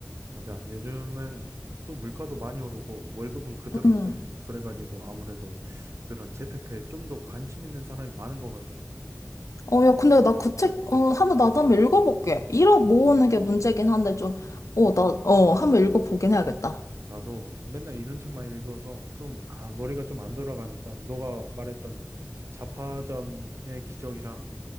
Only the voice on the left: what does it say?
음,
어, 야, 근데 나 그 책, 어, 한번 나도 한번 읽어볼게. 일억 모으는 게 문제긴 한데 좀, 어, 나, 어, 한번 읽어보긴 해야겠다.